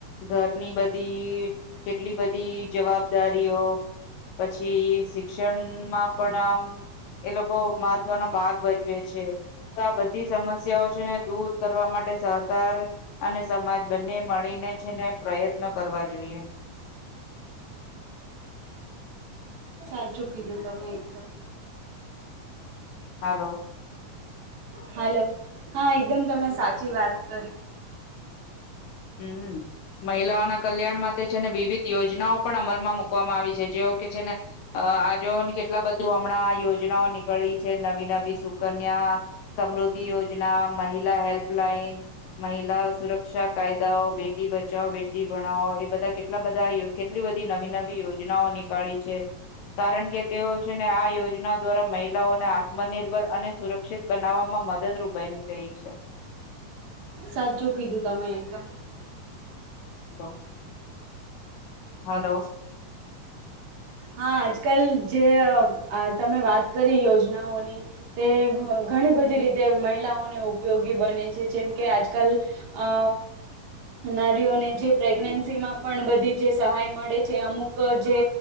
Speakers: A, on the left (about 80°); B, on the right (about 70°).
A: ઘરની બધી કેટલી બધી જવાબદારીઓ પછી શિક્ષનમાં પણ આમ એ લોકો મહત્વનો ભાગ ભજવે છે. તો આ બધી સમસ્યાઓ છે ને દૂર કરવા માટે સહકાર અને સમાજ બંને મળીને છે ને પ્રયત્ન ન કરવા જોઈએ
B: સાચું કીધું તમે એકદમ
A: હાલો
B: હાલો હા એકદમ તમે સાચી વાત કરી
A: હમ્મ મહિલાઓના કલ્યાણ માટે છે ને વિવિધ યોજનાઓ પણ અમલમાં મુૂકવામાં આવી છે જે કે છે ને અ આજો કેટલા બધું હમણાં યોજનાઓ નીકળી છે નવી નવી સુકન્યા સમૃદ્ધિ યોજના મહિલા હેલ્પલાઇન મહિલા સુરક્ષા કાયદાઓ બેટી બચો બેટી ભણાવો એ બધા કેટલા બધા કેટલી બધી નવી નવી યોજનાઓ નીકાળી છે કારણ કે તેઓ છેને આ યોજના દ્વારા મહિલાઓને આત્મનિર્ભર અને સુરક્ષિત બનાવવામાં મદદરૂપ બની રહી છે
B: સાચું કીધું તમે એકદમ
A: હા હલો
B: હા આજકાલ જે તમે વાત કરી યોજનાઓની તે ઘણી બધી રીતે મહિલાઓને ઉપયોગી બને છે જેમ કે અજકલ અ નારીઓને જે પ્રેગ્નેન્સીમાં પણ બધી જે સહાય મળે છે અમુક જે